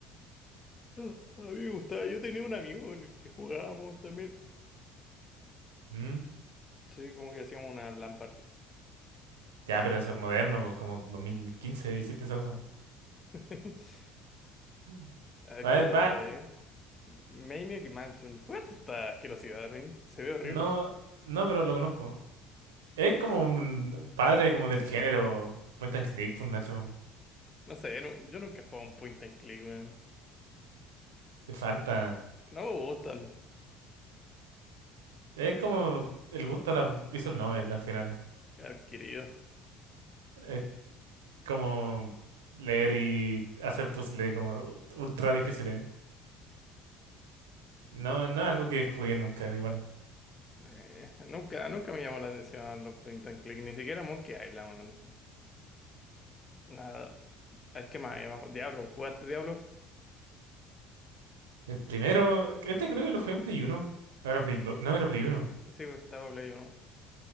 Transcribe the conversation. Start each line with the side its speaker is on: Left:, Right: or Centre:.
Left: Ah, A mí me gustaba. Yo tenía un amigo con el que jugábamos también.
Right: ¿Mm?
Left: Sí, como que hacíamos una LAN party.
Right: Ya, pero eso es moderno, pues, como 2015 hiciste esa cosa.
Left: <laughs>
Right: Mm.
Left: A ver,
Right: A
Left: ¿Qué
Right: ver,
Left: otro
Right: va.
Left: juego hay acá? Maniac Mansion. ¿Jugaste esta asquerosidad, Rin? Se ve horrible.
Right: No, no, pero lo conozco. Es como un un padre como del género. Point and click, pues Nacho.
Left: No sé, no- yo nunca he jugado un point and click, weón.
Right: Te falta.
Left: No me gustan.
Right: Es como el gusto a la visual novel al final.
Left: Adquirido.
Right: Es como leer y hacer puzzles como ultra difíciles. No, no es algo que jugué nunca, es igual.
Left: Eh, nunca, nunca me llamó la atención los Point and Click, ni siquiera Monkey Island, weón. Nada. A ver qué más hay abajo. Diablo, ¿jugaste Diablo?
Right: El primero, este creo que lo jugué en Play Uno. Ahora Play Dos, No, era Play Uno.
Left: Sí, pues, estaba Play 1.